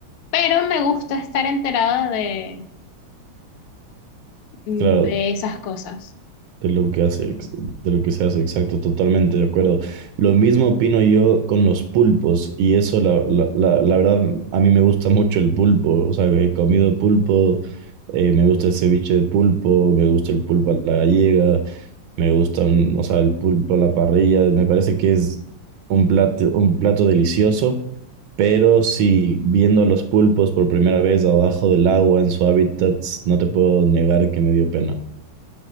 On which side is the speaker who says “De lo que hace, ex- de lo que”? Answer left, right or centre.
Right